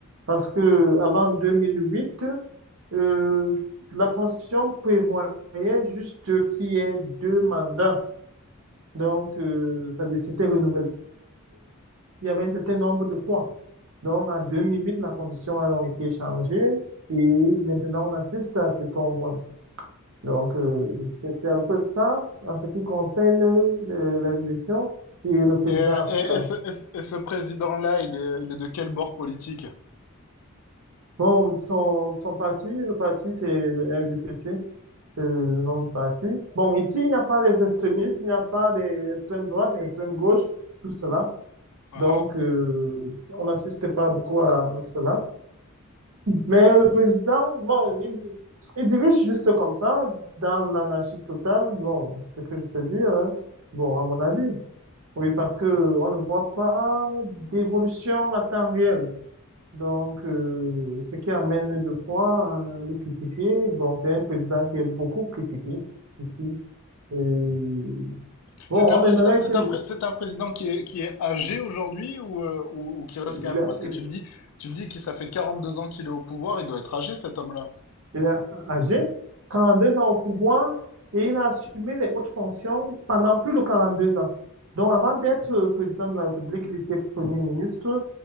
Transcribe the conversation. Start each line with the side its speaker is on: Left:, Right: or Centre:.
Right: Parce que avant 2008, euh, la Constitution prévoyait juste qu'il y ait deux mandats. Donc, euh, ça- c'était renouvelable. Il y avait un certain nombre de points. Donc, en 2008, la constitution a donc été changée et maintenant, on assiste à ce qu'on voit. Donc, euh, c'est, c'est un peu ça en ce qui concerne euh, les élections et le président
Left: Et,
Right: actuel.
Left: et- et ce, et ce- et ce président-là, il est, il est de quel bord politique?
Right: Bon, son, son parti, le parti, c'est le RDPC, c'est le nom du parti. Bon, ici, il n'y a pas des extrémistes, il n'y a pas des extrêmes droites, des extrêmes gauches, tout cela.
Left: Uhum.
Right: Donc, euh, on n'assiste pas beaucoup à cela. Mais le président, bon, il, il dirige juste comme ça, dans l'anarchie totale. Bon, c'est ce que je peux dire. hein. Bon, à mon avis. Oui, parce que on ne voit pas d'évolution à temps réel. Donc, euh, ce qui amène de fois à le critiquer. Bon, c'est un président qui est beaucoup critiqué ici. Et bon,
Left: Mhm. C'est
Right: on
Left: un président,
Right: aimerait
Left: c'est
Right: qu'il
Left: un, pré- c'est un président qui est, qui est âgé aujourd'hui ou, euh, ou, ou qui reste
Right: il,
Left: quand même, parce que tu me dis, tu me dis que ça fait 42 ans qu'il est au pouvoir, il doit être âgé cet homme-là.
Right: Il est âgé, 42 ans au pouvoir, et il a assumé les hautes fonctions pendant plus de 42 ans. Donc, avant d'être président de la République, il était premier ministre.